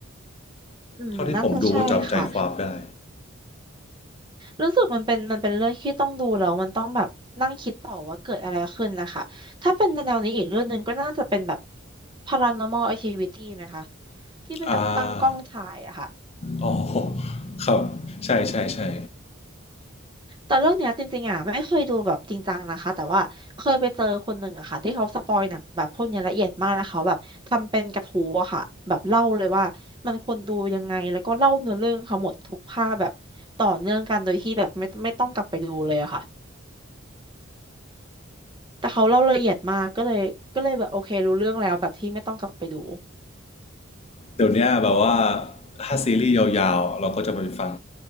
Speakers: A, on the right; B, on the left.
A: อืมน่าจะใช่ค่ะ
B: เท่าที่ผมดูก็จับใจความได้
A: รู้สึกมันเป็นมันเป็นเรื่องที่ต้องดูแล้วมันต้องแบบนั่งคิดต่อว่าเกิดอะไรขึ้นนะคะ ถ้าเป็นแนวนี้อีกเรื่องหนึ่งก็น่าจะเป็นแบบ paranormal activity ไหมคะ ที่เป็นแบบตั้งกล้องถ่ายอะค่ะ
B: อ่าอ๋อ <laughs> ครับ ใช่ใช่ใช่
A: แต่เรื่องเนี้ยจริงๆอ่ะไม่เคยดูแบบจริงจังนะคะแต่ว่าเคยไปเจอคนหนึ่งอะค่ะที่เขาสปอยหนังแบบพวกเนี้ยละเอียดมากแล้วเขาแบบทำเป็นกระทู้อะค่ะแบบเล่าเลยว่ามันควรดูยังไงแล้วก็เล่าเนื้อเรื่องเขาหมดทุกภาคแบบต่อเนื่องกันโดยที่แบบไม่ไม่ต้องกลับไปดูเลยอะค่ะแต่เขาเล่าละเอียดมากก็เลยก็เลยแบบโอเครู้เรื่องแล้วแบบที่ไม่ต้องกลับไปดู
B: เดี๋ยวนี้แบบว่าถ้าซีรีส์ยาวๆเราก็จะไปฟัง